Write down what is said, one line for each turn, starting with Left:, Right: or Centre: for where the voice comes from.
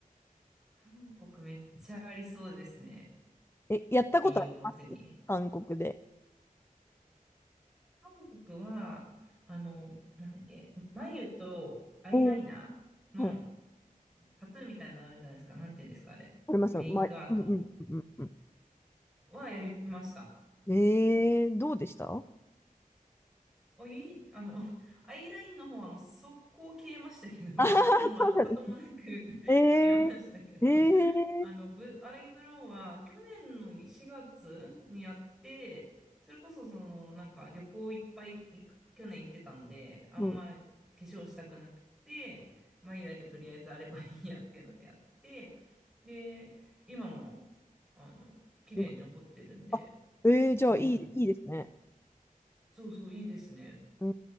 Centre: 韓国めっちゃありそうですね。
Left: え、やったことあります韓国で。
Centre: 美容の国。韓国は、あの、なんだっけ、眉とアイライナーの
Left: うーうん。
Centre: あのタトゥーみたいなのあるじゃないですか。なんて言うんですか、あれ。
Left: ありますよ。
Centre: メイクアート
Left: まあ、うんうんうんうん
Centre: はやりました。
Left: うん。えー、どうでしたあ
Centre: おいい、あの、<laughs> アイラインの方はもう速攻消えましたけど、
Left: はは
Centre: <laughs> もう跡形もなく
Left: <laughs> そうなんです
Centre: <laughs>
Left: ええええー
Centre: 消えましたけど、あの、ブ、アイブロウは去年の4月にやって、それこそその、なんか旅行いっぱい行く、去年行ってたんで、あんま化粧したくなくて、
Left: うん
Centre: 眉だけとりあえずあればいいやっていうのでやって、で、今も、あの、綺麗に残ってるんで、
Left: うんあ、えーじゃあいい、
Centre: うんうん
Left: いいですね。
Centre: そうそう、いいですね。
Left: うー